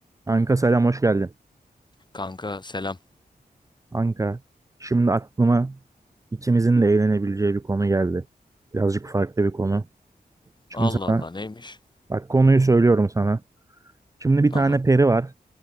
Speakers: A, on the right; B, on the left.
A: Anka selam hoş geldin.
B: Kanka selam.
A: Anka, şimdi aklıma ikimizin de eğlenebileceği bir konu geldi. Birazcık farklı bir konu. Şimdi
B: Allah
A: sana,
B: Allah neymiş?
A: bak konuyu söylüyorum sana. Şimdi bir
B: Tamam.
A: tane peri var.